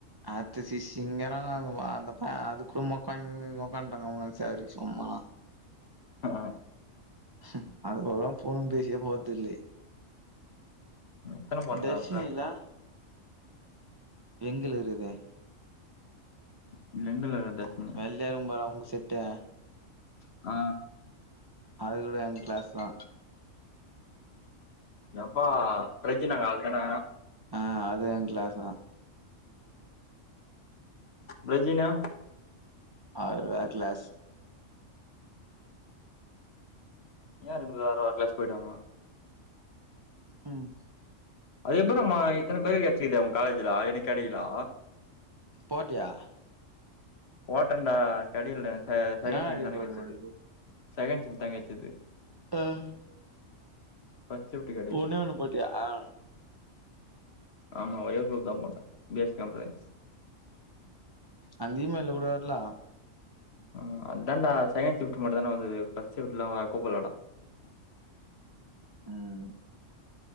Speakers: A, on the right; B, on the left.
A: அடுத்த சி சிங்கர உவ அந்த பையே அதுக்கு மொக்க வாங்கிட்டு உட்கார்ந்துட்டே கம்முனு சரி சும்மனா
B: ஆஹ்
A: ஹீம் அதுங்கலெல்லா ஃபோன் பேசியே பாத்ததில்லை
B: எத்தன பொண்ணுங்க
A: தர்ஷினிலாம்
B: உன் கிளாஸ்ல
A: எங்களுக் இருகுதே
B: <unintelligible>
A: வெள்ளையா இருக்கும் பாரு அவங்க செட்டு
B: ஆ
A: அது கூட எங் கிளாஸ்தா
B: எப்பா பிரஜினாங்க அவள் தான
A: ஆ அது எங் கிளாஸ்தா
B: பிரெஜினா
A: அவர் வேற கிளாஸ்
B: ஏ ரெண்டு பேரு வேற வேற கிளாஸ் பொய்டுவாங்க
A: ம்ஹும்
B: அது எப்புட்றா மா இத்தன பேரு கெச்சிக்குது உங்க காலேஜ்டா எனக் கெடைக்கிலா
A: போட்டியா
B: போட்டன்டா கெடைக்கலடா செ செகண்ட்டு
A: என்னடா
B: ஷிப்ட்தான
A: டிபார்ட்மெண்ட்
B: கெச்சுது
A: போட்ட?
B: செகண்ட் ஷிப்ட்தா கெச்சுது
A: ம்
B: ஃபர்ஸ்ட் ஷிப்ட் கெடைக்து
A: ஒண்ணே ஒண்ணு போட்டியா? ஆ.
B: ஆமா ஒரே குரூப்தா போட்ட B S C computer science
A: அந்த இ மெயில்ல கூட வர்லா
B: ம் அதான்டா செகன்ட் ஷிப்ட் மட்டுதான்டா வந்துது ஃபர்ஸ்ட் ஷிப்ட்லா வ கூப்பலடா
A: ம்